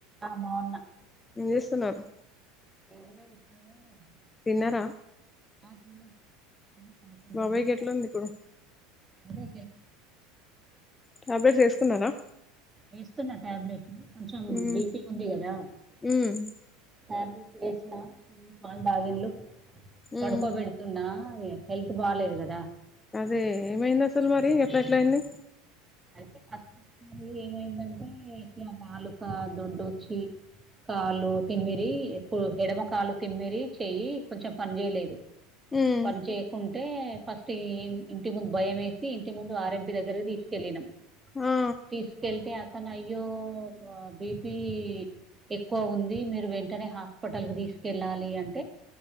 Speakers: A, on the right (about 20°); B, on the left (about 20°).
A: ఆ బావున్నా
B: ఏం చేస్తున్నారు
A: <unintelligible>
B: తిన్నారా
A: ఆ తిన్న తిని పడుకుంటున్నాం
B: బాబాయ్కి ఎట్లుంది ఇప్పుడు
A: అదే
B: టాబ్లెట్స్ వేసుకున్నారా
A: వేస్తున్నా ట్యాబ్లెట్ కొంచెం
B: ఉమ్
A: బీపీ ఉంది కదా
B: ఉమ్
A: టాబ్లెట్ వేసిన పాలు తాగిన్లు
B: ఉమ్
A: పడుకోబెడుతున్నా అ హెల్త్ బాలేదు కదా
B: అదే ఏమైంది అసలు మరి ఎట్లా ఎట్లా అయింది
A: అదే అ ఏమైందంటే ఇట్లా నాలుక దొడ్డుచ్చి కాళ్లు తిమ్మిరి ఎడమ కాలు తిమ్మిరి చెయ్యి కొంచెం పని చేయలేదు
B: ఉమ్
A: పని చేయకుం టే ఫస్ట్ ఇంటి ముందు భయం వేసి ఇంటి ముందు ఆ రెం పి దగ్గరకి తీసుకెళ్ళినం
B: ఆ
A: తీస్ కెళ్తే అతను అయ్యో బీపీ ఎక్కువ ఉంది మీరు వెంటనే హాస్పిటల్ కి తీసుకెళ్ళాలి అంటే